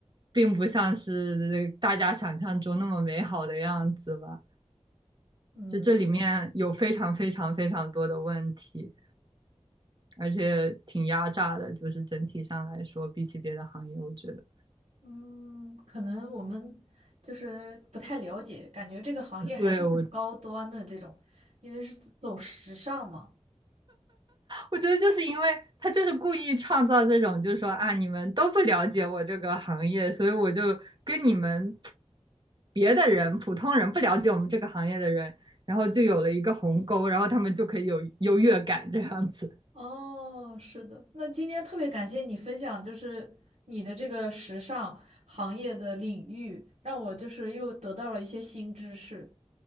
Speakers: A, on the right; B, on the right.
A: 并不像是大家想象中那么美好的样子吧。
B: 嗯
A: 就这里面有非常非常非常多的问题，而且挺压榨的，就是整体上来说，比起别的行业，我觉得。
B: 嗯，可能我们就是不太了解，感觉这个行业还是很高端的这种，
A: 对，我
B: 因为是走时尚嘛。
A: 我觉得就是因为他就是故意创造这种，就是说啊，你们都不了解我这个行业，所以我就跟你们别的人、普通人不了解我们这个行业的人，然后就有了一个鸿沟，然后他们就可以有优越感这样子。
B: 哦，是的，那今天特别感谢你分享，就是你的这个时尚行业的领域，让我就是又得到了一些新知识。